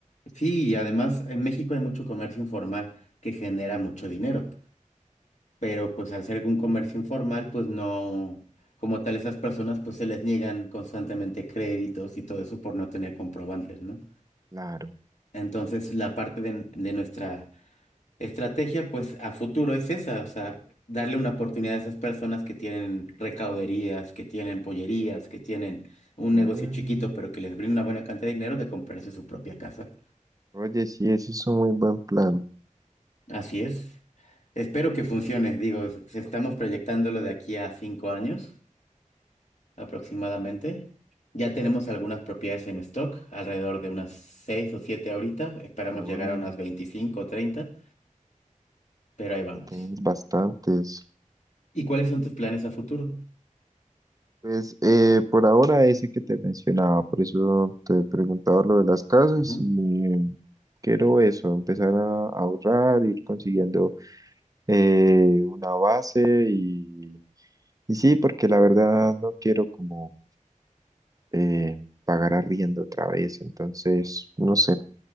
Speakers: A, on the left; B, on the right.
A: Sí, y además en México hay mucho comercio informal que genera mucho dinero. pero pues al ser un comercio informal, pues no, como tal esas personas pues se les niegan constantemente créditos y todo eso por no tener comprobantes, ¿no?
B: Claro.
A: Entonces la parte de, de nuestra estrategia pues a futuro es esa, o sea, darle una oportunidad a esas personas que tienen recauderías, que tienen pollerías, que tienen un
B: Mm,
A: negocio chiquito pero que les brinda una buena cantidad de dinero de comprarse su propia casa.
B: Oye, sí, ese es un muy buen plan.
A: Así es. Espero que funcione, digo, s- estamos proyectándolo de aquí a cinco años. aproximadamente. Ya tenemos algunas propiedades en stock, alrededor de unas 6 o 7 ahorita. Esperamos
B: Uy,
A: llegar a unas veinticinco o treinta pero ahí vamos.
B: ya tienes bastantes.
A: ¿Y cuáles son tus planes a futuro?
B: Pues eh, por ahora ese que te mencionaba, por eso te preguntaba lo de las casas
A: Ujú.
B: y eh, quiero eso, empezar a ahorrar, ir consiguiendo eh, una base y, y sí, porque la verdad no quiero como eh, pagar arriendo otra vez, entonces no sé,